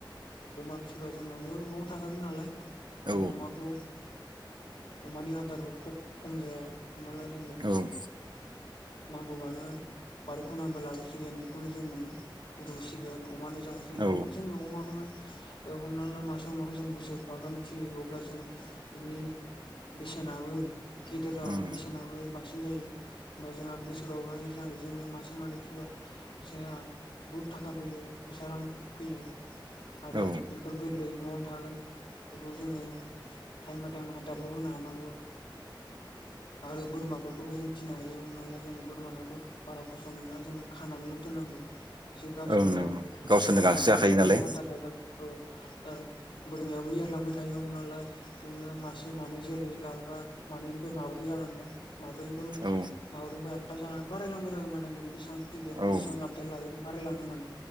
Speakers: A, on the left (about 80°); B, on the right (about 60°).
A: अमा फिबा जोंनावनो न'आव थाखागोन नालाय जों
B: औ
A: अमाखौ अमानि आदारबो ख-खम जाया। हमना ला जोङो
B: औ उम
A: नांगौबानो बारि खनानिफ्राय लाबोसिगोन। बेखौनो जों रुसिगोन अमानो जाहोसिगोन
B: औ
A: जोङो अमाखौहाय हमना ला मासे माखौ जों बोसोरफा बाागाम फियो अब्ला जोङो बेनि बेसेनाबो गेदेर जागोन
B: उम
A: बेसेनाबो बांसिन सिन जायो होमबा जोंहा बोसोरावहाय जोहा इजोंनो मासे मानै फिबा जोंहा बुहुद थाखा फैयो फैसा रां फैयो। आरो
B: औ
A: बेफोर गोरलै न'आवनो थागोन बेखौ जोङो टाइमबाद आदारल होनो हानांगौ आरो बोरमाफोरखौबो जों फिनो हायो हमना ला जोङो बोरमानाथ बारा खस्थ नङा जोङो खानानैल दोननांगौ। एसे गावसोरनो
B: ओं नंगौ
A: गाव
B: गावसोरनो
A: जेराव
B: गांसो
A: खागोन
B: जाखायो
A: बेयावनो
B: नालाय
A: आदार जागोन औ। आरो बोरमायाबो एरलांबाय थायो हमना ला ओ मासे मानै जोलै लाबोबा मानैनिफ्राय माब्रै जालांगोन। माब्रैनिफ्राय
B: औ
A: माब्रैनिफ्राय आदथा जानानै बारायलांबाय थागोन माने नों बेसेबां फिगोन
B: औ
A: बेसेबां
B: उम
A: आददा लागोन। बाराय लाङो माने।